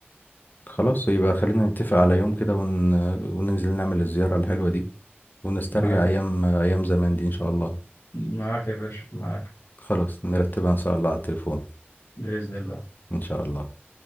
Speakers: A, on the left (about 50°); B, on the left (about 85°).
A: خلاص يبقى خلينا نتفق على يوم كده ون... وننزل نعمل الزيارة الحلوة دي ونسترجع
B: معاك
A: ايام ايام زمان دي ان شاء الله
B: معاك يا باشا معاك
A: خلاص نرتبها ان شاء الله على التليفون
B: بإذن الله
A: ان شاء الله